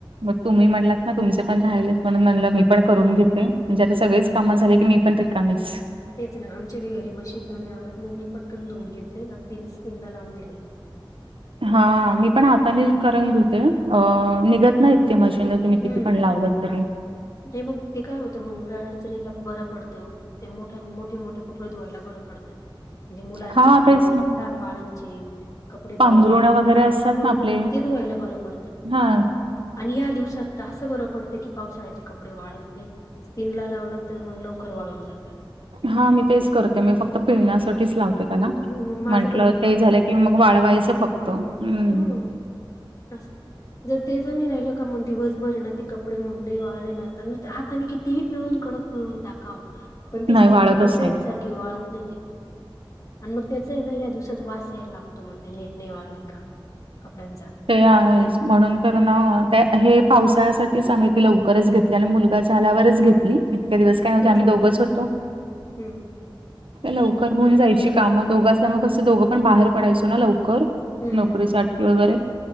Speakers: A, on the right; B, on the left.
A: मग तुम्ही म्हणलात ना तुमचे पण राहिले म्हणून म्हणलं मी पण करून घेते म्हणजे आता सगळीच काम झाले की मी पण रिकामीच
B: तेच ना आमच्या व घरी मशीनला नाही आवडत मी मी पटकन धुवून घेतले आणि पिन स्पिन लावून दिले.
A: हा मी पण आतानी करून धुते होते अ निघत नाही इतक मशीन, तुम्ही
B: हम्म
A: किती पण लावलत तरी
B: नाही मग ते काय होतं मग वेळ अडचणीला बरं पडतं ते मोठ्या मोठे मोठे कपडे धुवाय बरं पडतं म्हणजे मुलांच्या
A: हा
B: ते
A: तेच
B: लहान
A: ना
B: बाळांची कपडे धुवायलाग
A: पांघरुण वगैरे असतात ना आपले
B: ते धुवायला बरं पडतं
A: हा
B: आणि या दिवसात तर असं बरं पडते की पावसाळ्याचे कपडे वाळत नाही स्पिन लावलं तर मग लवकर वाळून जातात
A: हा मी तेच करते मी फक्त पिळण्यासाठीच लावते त्याला
B: हम्म, मग माझं
A: म्हंटलं
B: पण
A: ते झालं की मग वाळवायचं फक्त हम्म.
B: ह असं जर ते जणी राहिलं का मग दिवसभर ना ते कप कपडे म्हण नाही वाळले ना आता हाताने कितीही पिळून करून पिळून टाकावं पण ती
A: नाही
B: स्पिनच्या
A: वाळतच
B: कपड्यांसारखी
A: नाहीत
B: वाळत नाही ते आणि मग त्याचा आहे ना या दिवसात वास यायला लागतो मग ते नीट निवाळले का कपड्यांचा
A: ते आहे म्हणून तर ना त्या हे पावसाळ्यासाठीच आम्ही ती लवकरच घेत आपल्या मुलगा झाल्यावरच घेतली इतके दिवस काय नव्हते
B: तेच
A: आम्ही
B: ना
A: दोघच होतो.
B: हम्म
A: लवकर होऊन जायची कामं दोघ असल्या मग कसं दोघं पण बाहेर पडायचो ना लवकर
B: हम्म
A: नोकरीसाठी
B: हम्म हम्म
A: वगैरे